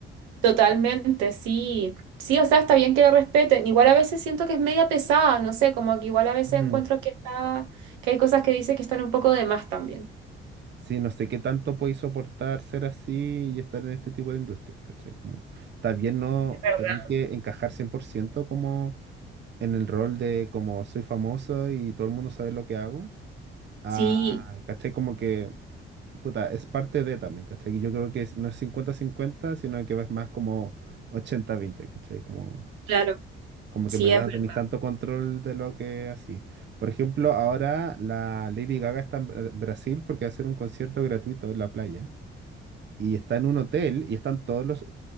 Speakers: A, on the right; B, on the right.
A: totalmente, sí. Sí, o sea, está bien que la respeten. Igual a veces siento que es media pesada, no sé, como que igual a veces
B: Mm.
A: encuentro que está, que hay cosas que dice que están un poco de más también.
B: Sí, no sé qué tanto podéis soportar ser así y estar en este tipo de industria, ¿cachai? Como también no
A: Es verdad.
B: tener que encajar 100% como en el rol de como soy famoso y todo el mundo sabe lo que hago. Ah,
A: Sí,
B: ¿cachai? Como que, puta, es parte de también, ¿cachai? Y Yo creo que es- no es cincuenta cincuenta sino que es más como 80-20, ¿cachai? Como,
A: claro,
B: como
A: sí
B: que en verdad
A: es
B: no
A: verdad.
B: tenéis tanto control de lo que así. Por ejemplo, ahora la Lady Gaga está en Bra- Brasil porque va a hacer un concierto gratuito en la playa. Y está en un hotel y están todos los,